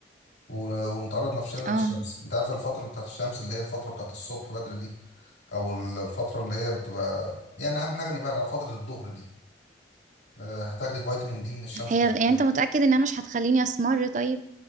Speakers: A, on the left (about 80°); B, on the right (about 45°).
A: و- ونتعرض نفسنا
B: اه
A: للشمس انت عارف الفتره بتاعت الشمس اللي هي الفتره بتاعت الصبح بدري دي او الفتره اللي هي بتبقى يعني اهم حاجه نبعد عن فتره الظهر دي آه، هتاخدي فيتامين دي من الشمس
B: هي
A: طبيعي
B: يعني انت متأكد انها مش هتخليني اسمر طيب